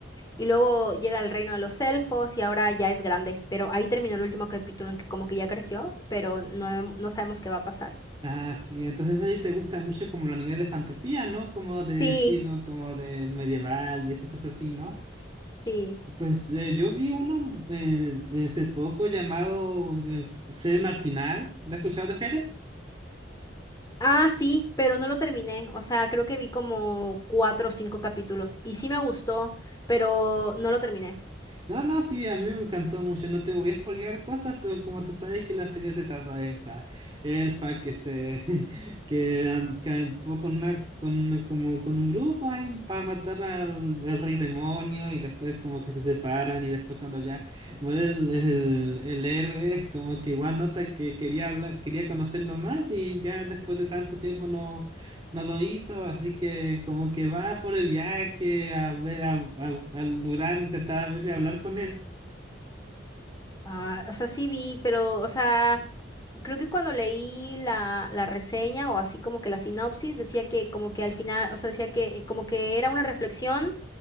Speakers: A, on the left (about 20°); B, on the right (about 25°).
A: y luego llega al reino de los elfos y ahora ya es grande, pero ahí terminó el último capítulo en que como que ya creció, pero no, no sabemos qué va a pasar.
B: Ah, sí, entonces a ti te gusta mucho como el anime de fantasía, ¿no? Como de
A: Sí,
B: estilo, como de medieval y esas cosas así, ¿no?
A: sí.
B: Pues eh, yo vi uno eh, hace poco llamado eh, F- Frieren al final. ¿Lo has escuchado de Frieren?
A: Ah, sí, pero no lo terminé. O sea, creo que vi como cuatro o cinco capítulos y sí me gustó, pero no lo terminé.
B: No, no, sí, a mí me encantó mucho. No te voy a spoilear cosas, pero como tú sabes que la serie se trata de esta elfa que se <laughs> que, an- que actuó con una con una- como con un grupo ahí para matar al, al rey demonio y después como que se separan y después cuando ya muere el, el, el héroe <laughs> como que igual nota que quería hablar, quería conocerlo más y ya después de tanto tiempo no, no lo hizo, así que como que va por el viaje a ver, a, a- al lugar, intentar a ver si hablar con él.
A: Ah, o sea, sí vi, pero, o sea, creo que cuando leí la, la reseña o así como que la sinopsis, decía que como que al final, o sea, decía que como que era una reflexión